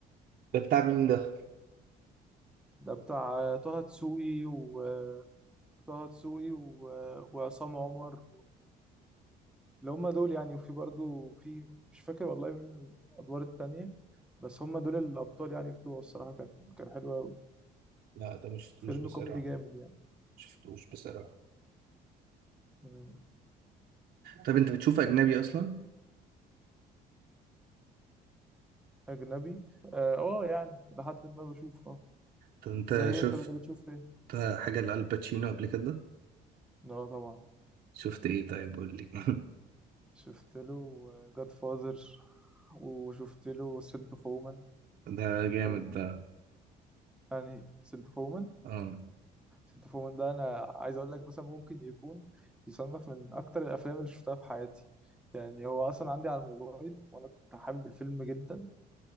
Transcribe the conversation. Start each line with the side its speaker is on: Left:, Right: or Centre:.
Right: ده بتاع مين ده
Centre: ده بتاع آه، طه دسوقي وطه دسوقي و... وعصام عمر اللي هم دول يعني وفي برضه في مش فاكر والله مين الادوار التانية بس هم دول الابطال يعني بتوعه الصراحة كان كان حلو قوي
Right: لا ده مش شفتوش
Centre: فيلم
Right: بصراحة
Centre: كوميدي جامد يعني
Right: شفتوش بصراحة
Centre: مم.
Right: طب انت بتشوف اجنبي اصلا
Centre: اجنبي اه آه، يعني لحد ما بشوف اه
Right: طب انت
Centre: زي إيه
Right: شفت
Centre: انت انت بتشوف ايه؟
Right: حاجه لالباتشينو قبل كده
Centre: اه طبعا
Right: شفت ايه طيب قول لي <laughs>
Centre: شفت له جاد فازر وشفت له سنت اوف وومن
Right: ده جامد
Centre: و
Right: ده
Centre: انهي سنت اوف وومن
Right: اه
Centre: سنت اوف وومن ده انا عايز اقول لك مثلا ممكن يكون يصنف من اكتر الافلام اللي شفتها في حياتي يعني هو اصلا عندي على الموبايل وانا كنت حابب الفيلم جدا